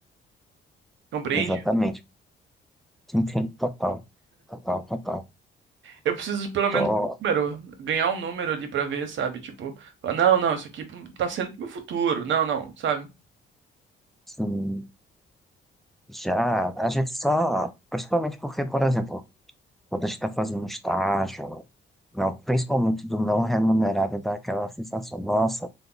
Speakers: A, on the right; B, in the centre.
A: Compreende?
B: Exatamente. Entendo total, total, total.
A: Eu preciso de pelo
B: Tô,
A: menos um número, ganhar um número ali pra ver, sabe? Tipo, falar, não, não, isso aqui tá sendo pro meu futuro. Não, não, sabe?
B: assim, já, a gente só, principalmente porque, por exemplo, quando a gente está fazendo estágio, não, principalmente do não remunerado, dá aquela sensação, nossa,